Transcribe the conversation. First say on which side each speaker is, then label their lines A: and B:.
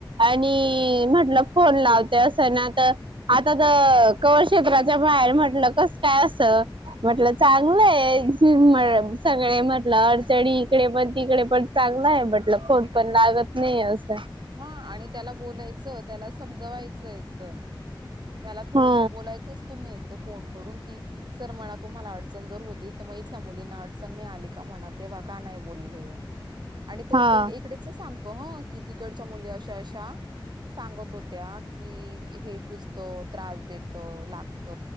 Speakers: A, on the right (about 70°); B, on the right (about 55°).
A: आणि म्हटलं फोन लावते असं ना तर आता तर कवरेज क्षेत्राच्या बाहेर म्हटलं कस काय असं म्हटलं चांगलंय सगळे म्हटलं अडचणी तिकडे पण तिकडे पण चांगलं आहे म्हटलं खोन पण लागत नाही अस.
B: हा आणि त्याला बोलायचं त्याला समजवायचं एकतर. त्याला थोडस
A: हा
B: बोलायचं तुम्ही एक फोन करून की. सर म्हणा तुम्हाला अडचण जर होती तर मग इथल्या मुलींना अडचण नाही आली का म्हणा तेव्हा का नाही बोलले. आणि तो
A: हा
B: पहिले इकडेच सांगतो ह की तिकडच्या मुली अशा अशा सांगत होत. त्या की हे टुचतं त्रास देत लाग. त